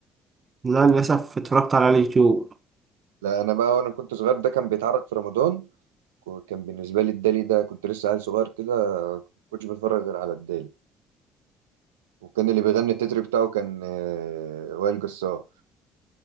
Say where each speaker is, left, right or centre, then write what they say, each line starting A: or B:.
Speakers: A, on the right; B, on the right.
A: لا للاسف اتفرجت على اليوتيوب
B: لا أنا بقى وأنا كنت صغير ده كان بيتعرض في رمضان كو- كان بالنسبة لي الدالي ده كنت لسه عيل صغير كده ما كنتش بتفرج غير على الدالي وكان اللي بيغني التتر بتاعه كان آه، وائل جسار